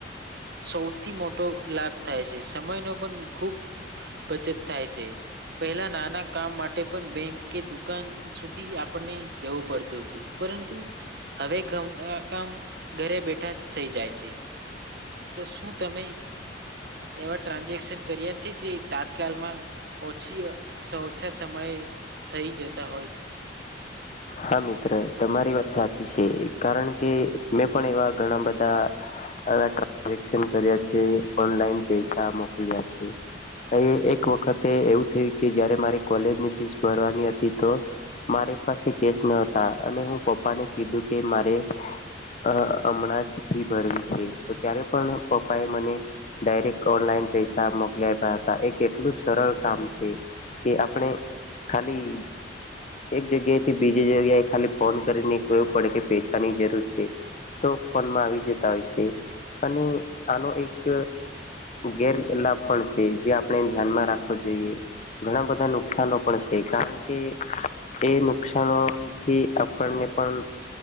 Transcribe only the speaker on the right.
સૌથી મોટો લાભ થાય છે. સમયનો પણ ખૂબ બચત થાય છે. પહેલા નાના કામ માટે પણ બેંક કે દુકાન સુધી આપણને જવું પડતું હતું. પરંતુ હવે ઘરના કામ ઘરે બેઠા જ થઈ જાય છે. તો શું તમે એવા ટ્રાન્ઝેક્શન કર્યા છે જે. તાત્કાલમાં, ઓછી-ઓછા સમયે થઈ જતા હોય.